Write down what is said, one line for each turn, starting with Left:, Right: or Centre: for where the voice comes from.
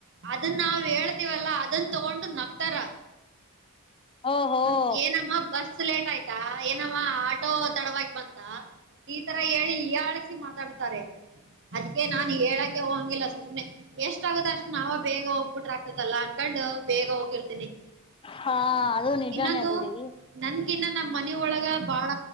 Right: ಅದನ್ ನಾವ್ ಹೇಳ್ತೀವಲ್ಲಾ ಅದನ್ ತೊಗೊಂಡು ನಗ್ತಾರ
Left: ಓಹೋ
Right: ಏ ಬಸ್ ಲೇಟ್ ಆಯ್ತಾ ಏನವ್ವ ಆಟೋ ತಡವಾಗಿ ಬಂತಾ. ಈ ತರ ಹೇಳಿ ಹೀಯಾಳಿಸಿ ಮಾತಾಡ್ತಾರೆ. ಅದಿಕ್ಕೆ ನಾನ್ ಹೇಳಕೆ ಹೊಂಗಿಲ್ಲ ಸುಮ್ನೆ ಎಷ್ಟ ಆಗುತ್ ಅಷ್ಟು ನಾವ. ಬೇಗ ಹೋಗ್ಬುಟ್ರ ಆಗ್ತತಲ್ಲ ಅನ್ಕೊಂಡು ಬೇಗ ಹೋಗಿರ್ತಿನಿ
Left: ಹಾ ಅದು ನಿಜಾನೇ
Right: ಇನ್ನೊಂದು.
Left: ಬಿಡಿ
Right: ನನ್ಗಿನ್ನ ನಮ್ ಮನಿಹೊಳಗ ಬಾಳ